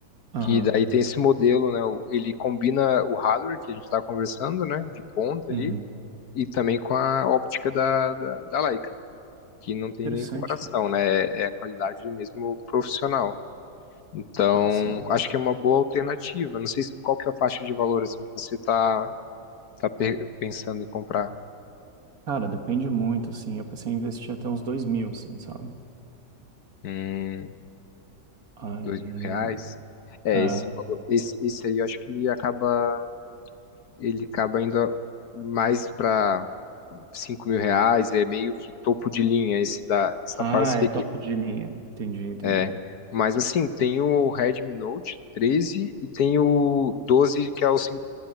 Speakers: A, on the right; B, on the left.
A: Aham.
B: Que daí tem esse modelo, né? o- Ele combina o hardware que a gente está conversando, né? De ponta
A: Uhum.
B: ali, e também com a óptica da, da, da Leica. que não tem
A: Interessante,
B: nem comparação,
A: cara.
B: né? É é a qualidade mesmo profissional. Então,
A: Ah, sim.
B: acho que é uma boa alternativa. Não sei se- qual que é a faixa de valor assim que você tá, tá pe- pensando em comprar.
A: Cara, depende muito, assim. Eu pensei em investir até uns dois mil, assim, sabe?
B: Hum,
A: Aí.
B: dois mil reais. É,
A: É.
B: esse valor, esse, esse aí eu acho que ele acaba, ele acaba indo mais para cinco mil reais, é meio que topo de linha esse da, dessa
A: Ah,
B: parceria.
A: é topo de linha. Entendi, entendi.
B: É, mas assim, tem o Redmi Note treze e tem o 12, que é o 5,